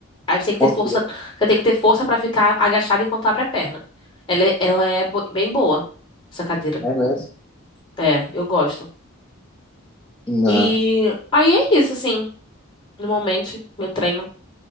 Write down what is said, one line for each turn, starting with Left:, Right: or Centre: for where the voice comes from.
Left: Aí você tem que
Centre: Ok,
Left: ter força, você tem que ter força para ficar agachado enquanto abre a perna. Ela é, ela é bo- bem boa, essa cadeira.
Centre: é mesmo.
Left: É, eu gosto.
Centre: Não.
Left: E aí é isso, assim, normalmente, meu treino.